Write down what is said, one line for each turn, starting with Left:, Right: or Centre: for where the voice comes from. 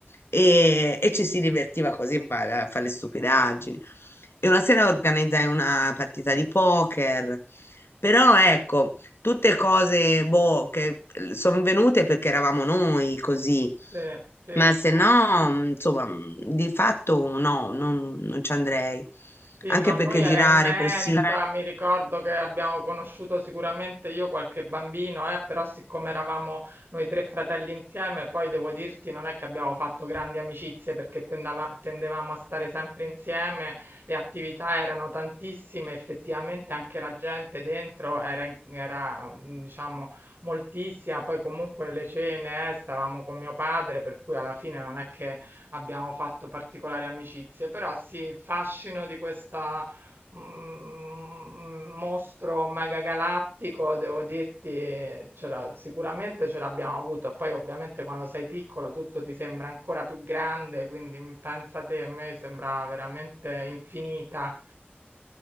Left: e, e ci si divertiva così ma- a fare le stupidaggini. E una sera organizzai una partita di poker, però ecco tutte cose, boh, che sono venute perché eravamo noi così,
Right: Sì, sì.
Left: ma se no, mh, insomma, mh, di fatto no, non, non ci andrei.
Right: Sì,
Left: Anche
Right: no, noi
Left: perché
Right: era
Left: girare
Right: immensa,
Left: così, Chiedere.
Right: mi ricordo che abbiamo conosciuto sicuramente io qualche bambino, eh, però siccome eravamo noi tre fratelli insieme, poi devo dirti non è che abbiamo fatto grandi amicizie perché tendava- tendevamo a stare sempre insieme, le attività erano tantissime, effettivamente anche la gente dentro era, in- era, mm, diciamo, moltissima, poi comunque le cene, eh, stavamo con mio padre, per cui alla fine non è che abbiamo fatto particolari amicizie, però sì, il fascino di questa mm, mostro megagalattico, devo dirti, c'era- sicuramente ce l'abbiamo avuto. Poi ovviamente quando sei piccolo tutto ti sembra ancora più grande, quindi mm, pensa te, a me sembrava veramente infinita.